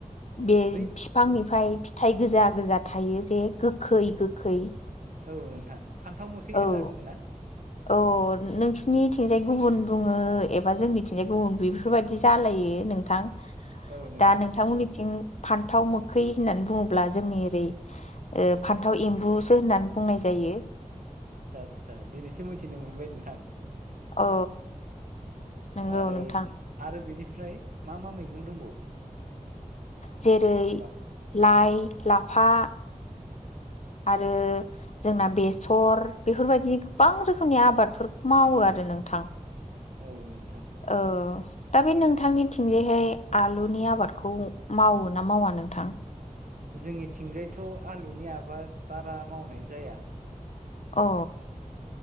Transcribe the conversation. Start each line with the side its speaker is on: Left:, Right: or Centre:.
Left: बे
Right: बै
Left: बिफांनिफ्राय फिथाइ गोजा गोजा थायो जे गोखै गोखै
Right: औ नोंथां फान्थाव मोखै
Left: औ
Right: होनना बुङो ना?
Left: औ नोंसिनि थिंजाय गुबुन बुङो एबा जोंनिथिंजाय गुबुन बेफोरबायदि जालायो नोंथां
Right: औ नोंथां
Left: दा नोंथांमोननिथिं फान्थाव मोखै होननानै बुङोब्ला जोंनि ओरै फान्थाव एम्बुसो होननानै बुंनाय जायो । यो
Right: आदसा आदसा दिनैसिम मिथिनो मोनबाय नोंथां
Left: औ नंगौ
Right: आरो
Left: नोंथां
Right: आरो बेनिफ्राय मा मा मैगं दंबावो?
Left: जेरै
Right: आबाद
Left: लाइ लाफा आरो जोंना बेसर बेफोरबायदि गोबां रोखोमनि आबादफोर मावो आरो नों थां
Right: औ नोंथां
Left: औ दा बे नोंथांनिथिंजायहाय आलुनि आबादखौ मावो ना मावा नोंथां?
Right: जोंनिथिंजायथ' आलुनि आबाद बारा मावनाय जाया।
Left: अ